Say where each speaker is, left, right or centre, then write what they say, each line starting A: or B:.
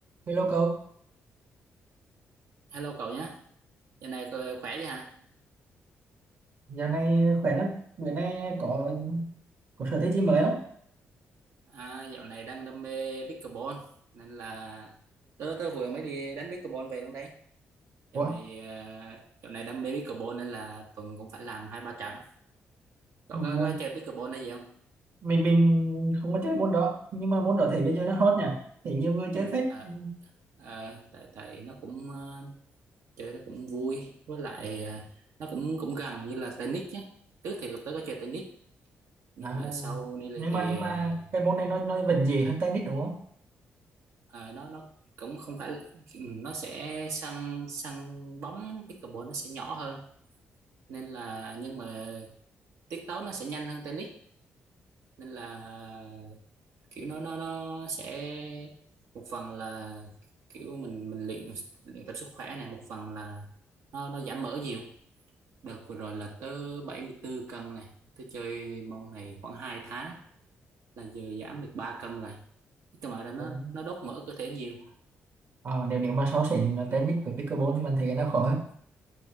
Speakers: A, on the right; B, on the right.
A: Hello cậu,
B: Hello cậu nhé, giờ này cậu khỏe chứ hả?
A: giờ này khỏe lắm. Bữa nay có có sở thích gì mới không?
B: À, dạo này đang đam mê pickleball nên là tớ tớ vừa mới đi đánh pickleball về luôn đấy. Dạo
A: Ủa,
B: này à, dạo này đam mê pickleball nên là tuần cũng phải làm hai ba trận. Cậu
A: m-
B: có, có chơi pickleball hay gì không?
A: mình mình không có chơi môn đó, nhưng mà môn đó thấy bây giờ nó hot nhỉ. Thấy nhiều người chơi phết.
B: À,
A: Ừ.
B: à, tại tại nó cũng à, chơi nó cũng vui với lại à, nó cũng cũng gần như là tennis nhé. Trước thì tớ có chơi tennis nhưng
A: À,
B: mà sau đây
A: nhưng
B: thì
A: mà nhưng
B: à,
A: mà cái môn này nó nó vẫn dễ hơn tennis đúng không?
B: Ờ, nó nó cũng không phải là, nó sẽ săn săn bóng pickleball nó sẽ nhỏ hơn nên là nhưng mà tiết tấu nó sẽ nhanh hơn tennis nên là kiểu nó nó nó sẽ một phần là kiểu mình mình luyện luyện tập sức khỏe này một phần là nó nó giảm mỡ nhiều đợt vừa rồi là tới 74 cân này tôi chơi môn này khoảng 2 tháng là giờ giảm được 3 cân rồi cái mà nó
A: Ồ.
B: nó đốt mỡ cơ thể nhiều
A: Ờ, nếu nếu mà so sánh
B: ừ.
A: tennis với pickleball thì bạn thấy cái nào khó hơn?